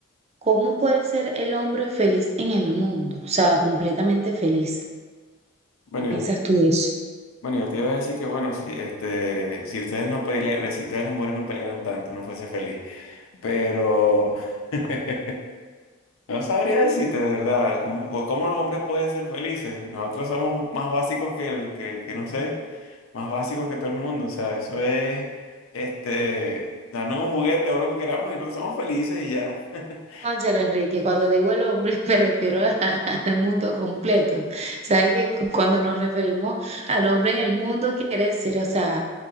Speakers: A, on the right; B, on the left.
A: ¿cómo puede ser el hombre feliz en el mundo? O sea, completamente feliz.
B: Bueno,
A: ¿Qué piensas
B: yo,
A: tú de eso?
B: bueno, yo te iba a decir que, bueno, si, este, si ustedes no pelearan, si ustedes las mujeres no pelearan tanto, uno fuese feliz. Pero <laughs> no sabría decirte, de verdad, ¿cómo, cómo los hombres pueden ser felices? Nosotros somos más básicos que el, que, que no sé, más básicos que todo el mundo. O sea, eso es, este, darnos un juguete o lo que queramos y nosotros somos felices y ya. <laughs>
A: Cónchale, Enrique, cuando digo el hombre <laughs> me refiero a- al mundo completo. Sabes que cu- cuando nos referimos al hombre en el mundo quiere decir, o sea,